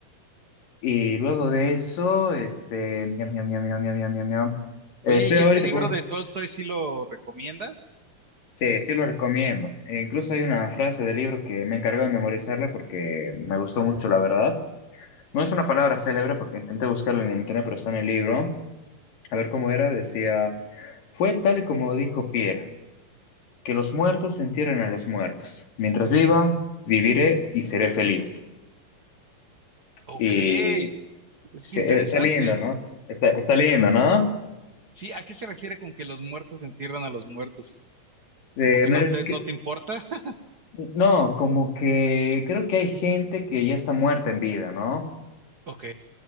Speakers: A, on the left; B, on the right.
A: Y luego de eso, este, ñam, ñam, ñam, ñam, ñam, ñam, ñam, ñam. Eh,
B: Oye,
A: Estoy
B: ¿y
A: ahorita
B: este libro
A: con un-
B: de Tolstoy sí lo recomiendas?
A: Sí, sí lo recomiendo. E incluso hay una frase del libro que me encargó de memorizarla porque me gustó mucho, la verdad. No es una palabra célebre porque intenté buscarla en internet, pero está en el libro. A ver cómo era, decía, fue tal y como dijo Pierre, que los muertos se entierren a los muertos. Mientras viva, viviré y seré feliz.
B: Ok,
A: Y
B: eso es
A: se-
B: interesante.
A: está lindo, ¿no? Está, está lindo, ¿no?
B: Sí, ¿a qué se refiere con que los muertos entierran a los muertos?
A: Eh,
B: Como que
A: me-
B: no te, no
A: que-
B: te importa. <laughs>
A: no, como que creo que hay gente que ya está muerta en vida, ¿no?
B: Ok.